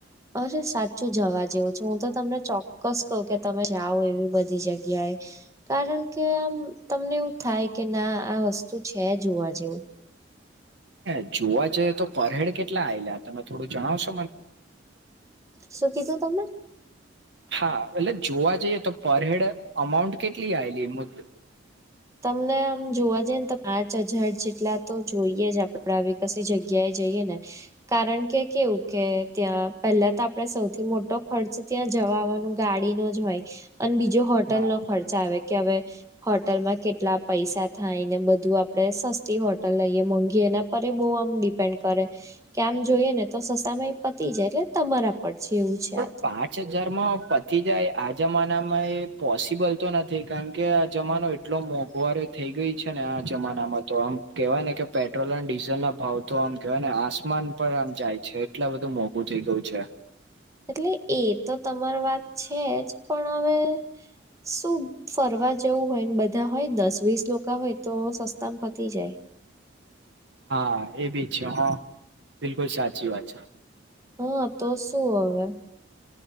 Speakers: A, on the right; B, on the right.
A: અરે સાચું જવા જેવું છે, હું તો તમને ચોક્કસ કહું કે તમે જાઓ, એવી બધી જગ્યાએ કારણ કે આમ તમને એવું થાય કે ના, આ વસ્તુ છે જોવા જેઉં
B: હા, જોવા જઈએ તો પરહેડ કેટલા આએલા તમે થોડું જણાવશ
A: શું કીધું તમે?
B: હા, એટલે જોવા જઈએ તો પર હેડ અમાઉન્ટ કેટલી આએલી <unintelligible>
A: તમને આમ જોવા જઈએ ને તો પાંચ હજાર જેટલા તો જોઈએ જ, આપ <unintelligible> આવી કશી જગ્યાએ જઈએ ને કારણ કે કેવું કે ત્યાં પહેલા તો આપડે સૌથી મોટો ખર્ચ ત્યાં જવા આવવાનું ગાડીનો જ હોય અન બીજો હોટલનો
B: હા
A: ખર્ચ આવે, કે હવે હોટલમાં કેટલા પૈસા થાય ને બધું આપડે સસ્તી હોટલ લઈએ મોંઘી એના પરે બહુ આમ ડીપ ન કરે, આમ જોઈએ ને તો સસ્તા માંય પતી જાય, એટલે તમારા પર છે, એવું છે
B: પણ
A: આ તો
B: પાંચ હજારમાં પતી જાય? આ જમાનામાં એ પોસિબલ તો નથી, કારણ કે આ જમાનો એટલો મોંઘો છે. મોઘવારી ઓ થઈ ગઈ છે ને, આ જમાનામાં તો આમ કહેવાય ને કે પેટ્રોલ અને ડીઝલના ભાવ તો આમ કહેવાય ને, આસમાન પર આમ જાય છે, એટલે આ બધું મોંઘું થઈ ગયું છે.
A: એટલે એ તો તમાર વાત છે જ, પણ હવે શું ફરવા જેવું હોય ને બધા હોય, દસ-વીસ લોકો હોય, તો સસ્તામાં પતી જાય.
B: હા, એ બી છે હો, બિલકુલ સાચી વાત છે.
A: હા, તો શું હવે?